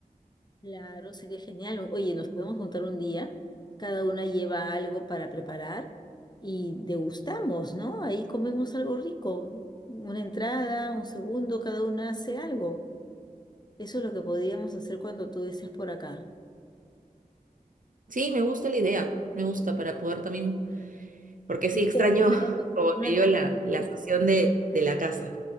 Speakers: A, on the left (about 30°); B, on the right (about 65°).
A: Claro, sé que genial. Oye, nos podemos juntar un día, cada una lleva algo para preparar y degustamos, ¿no? Ahí comemos algo rico, una entrada, un segundo, cada una hace algo. Eso es lo que podíamos hacer cuando tú estés por acá.
B: Sí, me gusta la idea, me gusta para poder también porque sí
A: Y tú
B: extraño,
A: también traes
B: <laughs> como
A: una,
B: te digo, la, la sazón de, de la casa.